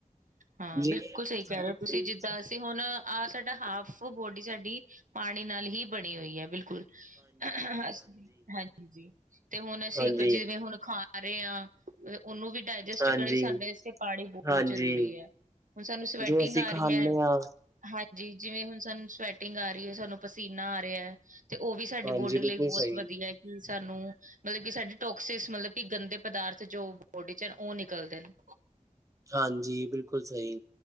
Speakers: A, on the right; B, on the right.
A: ਹਾਂ
B: ਜਿਵੇਂ
A: ਬਿਲਕੁਲ ਸਹੀ
B: ਸਾਡੇ
A: ਕਹਿ ਰਹੇ ਓ ਤੁਸੀਂ
B: ਪ੍ਰੀਤ
A: ਜਿੱਦਾ ਸ ਤੇ ਹੁਣ ਆਹ ਸਾਡਾ ਹਾਫ ਬੋਡੀ ਸਾਡੀ ਪਾਣੀ ਨਾਲ ਹੀ ਬਣੀ ਹੋਈ ਐ ਬਿਲਕੁਲ। ਹਾਂਜੀ, ਤੇ ਹੁਣ ਅਸੀਂ
B: ਹਾਂਜੀ
A: ਅੱਗੋਂ ਜਿਵੇਂ ਹੁਣ ਖਾ ਰਹੇ ਆ। ਓਹਨੂੰ ਵੀ ਡਾਇਜਸ਼ਟ
B: ਹਾਂਜੀ
A: ਕਰੀ ਸਾਡੇ ਆਸਤੇ ਪਾਣੀ ਬ ਬਹੁਤ
B: ਹਾਂਜੀ
A: ਜ਼ਰੂਰੀ ਐ, ਹੁਣ ਸਾਨੂੰ ਸਵੈਟਿੰਗ
B: ਜੋ ਅਸੀਂ
A: ਆ
B: ਖਾਂਦੇ
A: ਰਈ ਐ।
B: ਹਾਂ
A: ਹਾਂਜੀ, ਜਿਵੇਂ ਹੁਨ ਸਾਨੂੰ ਸਵੈਟਿੰਗ ਆ ਰਈ ਐ, ਸਾਨੂੰ ਪਸੀਨਾ ਆ ਰਿਆ। ਤੇ ਓਹ ਵੀ ਸਾਡੀ
B: ਹਾਂਜੀ
A: ਬੋਡੀ
B: ਬਿਲਕੁਲ
A: ਲਈ ਬਹੁਤ
B: ਸਹੀ
A: ਵਧੀਆ ਐ ਕਿ ਸਾਨੂੰ ਮਤਲਬ ਕਿ ਸਾਡੇ ਟੋਕਸਿਸ ਮਤਲਬ ਕਿ ਗੰਦੇ ਪਦਾਰਥ ਜੋ ਬੋਡੀ ਚ ਓ ਨਿਕਲਦੇ ਨੇ।
B: ਹਾਂਜੀ ਬਿਲਕੁਲ ਸਈ।